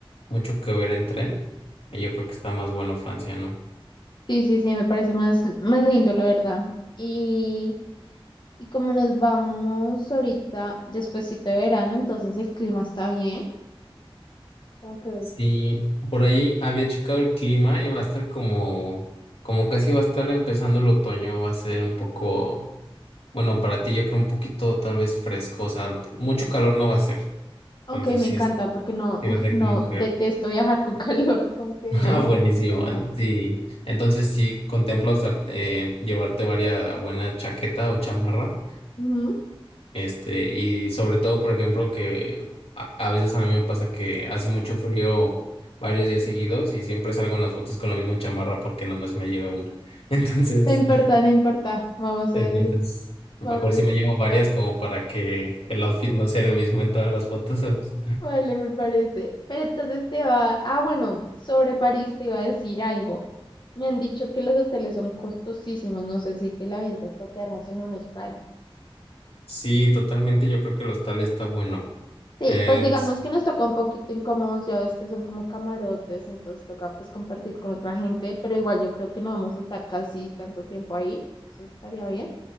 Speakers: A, on the left; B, on the left.
A: mucho que ver en tren. Y yo creo que está más bueno Francia, ¿no?
B: sí, sí, sí, me parece más, más lindo, la verdad. Y, y como nos vamos ahorita, despuesito de verano, entonces el clima está bien, como que
A: Sí,
B: es...
A: por ahí había checado el clima y va a estar como, como casi va a estar empezando el otoño, va a ser un poco... Bueno, para ti yo creo un poquito tal vez fresco, o sea, mucho calor no va a ser. Entonces
B: Ok, me
A: sí,
B: encanta
A: es,
B: porque no,
A: sí
B: uf,
A: va a ser
B: no,
A: como que...
B: detesto viajar con <laughs> calor, como que
A: <laughs>
B: me
A: Ah, buenísimo.
B: siento incómoda.
A: eh, Sí. Entonces sí contempla usar, eh, llevarte varias buena chaqueta o chamarra.
B: Ujú.
A: Este, y sobre todo, por ejemplo, que a, a veces a mí me pasa que hace mucho frío varios días seguidos y siempre salgo en las fotos con la misma chamarra porque nomás me lleve una. <laughs> Entonces,
B: No importa, no importa, vamos
A: entonces...
B: a, vamos
A: Mejor
B: a
A: si me llevo
B: disfrutar.
A: varias como para que el outfit no sea el mismo en todas las fotos, ¿sabes?
B: Vale, me parece. Pero entonces te va, ah, bueno, sobre París te iba a decir algo. Me han dicho que los hoteles son costosísimos, no sé si te la avientas para quedarnos en un hostal.
A: Sí, totalmente. Yo creo que el hostal está bueno.
B: Sí,
A: Es-
B: pues digamos que nos toca un poquito incómodos, ya ves que son como camarotes, entonces toca pues compartir con otra gente, pero igual yo creo que no vamos a estar casi tanto tiempo ahí, eso estaría bien.